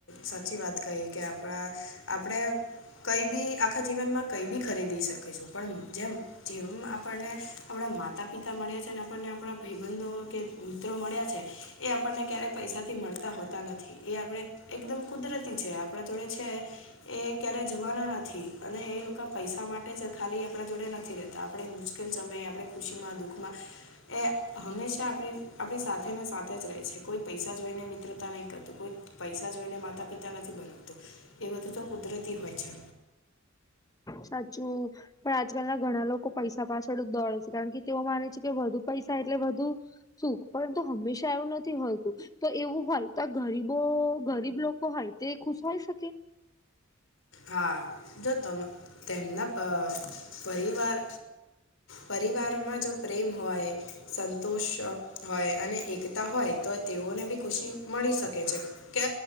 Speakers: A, on the left; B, on the left.
A: સાચી વાત કહી કે આપણા આપણે કઈ બી આખા જીવનમાં કઈ બી ખરીદી શકેશું પણ જેમ જેવમ આપણને આપણા માતા પિતા મળએ છે ને આપને આપણા ભાઈબંધો કે મિત્રો મળ્યા છે એ આપણને ક્યારે પૈસાથી મળત તા હોતા નથી એ આપણે એકદમ કુદરતી છે આપણા જોડે છે. એ ક્યારે જવાના નથી અને એ લોકો પૈસા માટે જ ખાલી આપણા જોડે નથી રેતા તા આપણે મુશ્કેલ સમયે આપણે ખુશીમાં દુઃખમાં એ હંમેશા આપણી આપણી સાથે ને સાથે જ રહે છે કોઈ પૈસા જોઈને મિત્ર એવું ન કરતું કોઈ પૈસા જોઈને માતા પિતા નથી બનાવતું એ બધું તો કુદરતી હોય છે.
B: સાચું પણ આજકાલના ઘણા લોકો પૈસા પાછળ જ દોડે છે કારણ કે તેઓ માને છે કે વધુ પૈસા એટલે વધુ શું પરંતુ હંમેશા એવું નથી હોતું તો એવું હોય તો આ ગરીબો ગરીબ લોકો હોય તે ખુશ હોય શકે
A: હા જો તેમના પરિવાર પરિવારમાં જો પ્રેમ હોય સંતોષ હોય અને એકતા હોય તો તેઓને બી ખુશી મળી શકે છે. કે